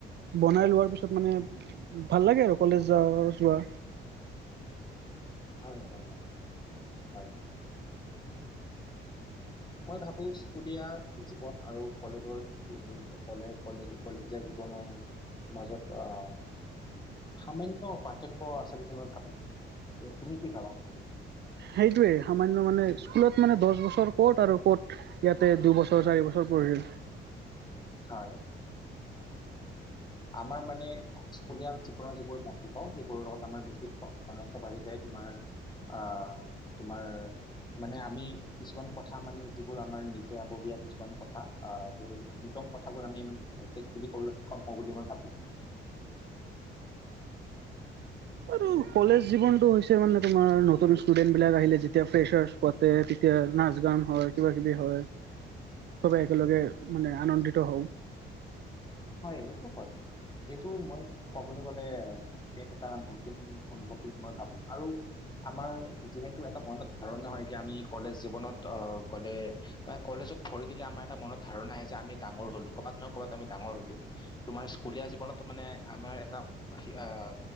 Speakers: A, on the right; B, on the left.
A: বনাই লোৱাৰ পিছত মানে ভাল লাগে, আৰু কলেজ যা যোৱা
B: হয়। হয়। হয়। হয়। মই ভাবো স্কুলীয়া জীৱন আৰু কলেজৰ কলে কলেজ কলেজীয়া জীৱনৰ মাজত আহ সামান্য পাৰ্থক্য আছে, বুলি মই ভাবোঁ। তুমি কি ভাবা?
A: সেইটোয়ে সামান্য মানে স্কুলত মানে দহ বছৰ ক'ত আৰু ক'ত ইয়াতে দুবছৰ চাৰি বছৰ পঢ়িলোঁ।
B: হয়। আমাৰ মানে স্কুলীয়া জীৱনৰ যিবোৰ বন্ধু পাওঁ সেইবোৰৰ লগত আমাৰ বেছি ঘ ঘনত্ব বাঢ়ি যায়। তোমাৰ অহ তোমাৰ মানে আমি কিছুমান কথা মানে যিবোৰ আমাৰ নিজে আবগীয়া কিছুমান কথা আহ নিতম কথাবোৰ আমি মানে ভালকে খুলি ক'বলৈ সক্ষম হওঁ বুলি মই ভাবোঁ।
A: আৰু কলেজ জীৱনটো হৈছে মানে তোমাৰ নতুন ষ্টুডেণ্টবিলাক আহিলে। যেতিয়া ফেছাৰছ পাতে তেতিয়া নাচ গান হয়। কিবাকিবি হয়। চবেই একেলগে মানে আনন্দিত হওঁ।
B: হয়। সেইটো হয়। সেইটো মই কবলৈ গলে গোটেই কেইটা নতুন অনুভৱ বুলি মই ভাবোঁ আৰু আমাৰ যিহেতু এটা মনত ধাৰণা হয়। কি আমি কলেজ জীৱনত আহ গলে বা কলেজত ভৰি দিলে। আমাৰ এটা মনত ধাৰনা আহে আমি ডাঙৰ হ'লো'কবাত নহয় ক'বাত আমি ডাঙৰ হলো তোমাৰ স্কুলীয়া জীৱনত মানে আমাৰ এটা আহ